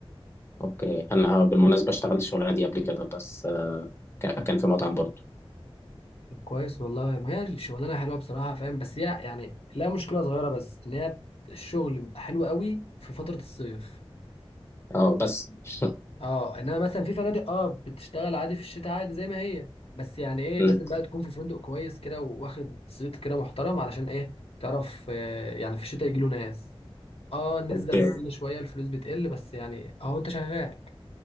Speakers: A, on the left; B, on the left.
A: اوكي انا آه، بالمناسبة اشتغلت الشغلانة دي قبل كده بس آه، ك- كان في مطعم برضو
B: طب كويس والله ما هي الشغلانه حلوه بصراحه فاهم بس هي يعني لها مشكله صغيره بس ان هي الشغل بيبقى حلو قوي في فتره الصيف
A: اه بس <laughs>
B: اه انما مثلا في فنادق اه بتشتغل عادي في الشتاء عادي زي ما هي بس يعني ايه
A: مم.
B: لازم بقى تكون في فندق كويس كده واخد صيت كده محترم علشان ايه تعرف آه يعني في الشتاء يجيله ناس اه النسبة
A: اوكي
B: بتقل شوية الفلوس بتقل بس يعني اهو انت شغال